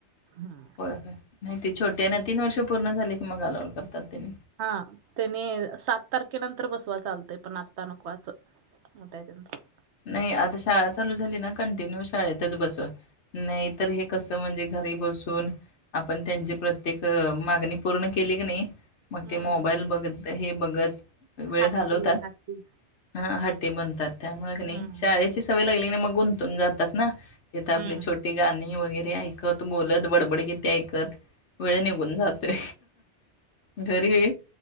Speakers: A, on the right; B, on the left.
A: हम्म.
B: होय होय नाही ते छोटी. त्यांना तीन वर्ष पूर्ण झाले की मग अलावड करतात ते.
A: हा त्यानी सात तारखेनंतर बसवा चालतय पण आत्ता नको असं. मतयत <unintelligible>
B: नाही आता शाळा चालू झाली ना कंटिन्यू शाळेतच बसून. नाही तर हे कसं म्हणजे घरी बसून. आपण त्यांची प्रत्येक मागणी पूर्ण केली की नाही. मग
A: हम्म
B: ते मोबाईल बघत हे बघत. वेळ
A: हत्ती
B: घालवतात
A: हत्ती
B: हा हटी बनतात त्यामुळे नाही
A: हम्म
B: शा ळेची सवय लागली मग गुंतून जातात ना आपल्या
A: हम्म
B: छो ती गाणी वगैरे ऐकत बोलत बडबडगीती ऐकत. वेळ निघून जातो घरी.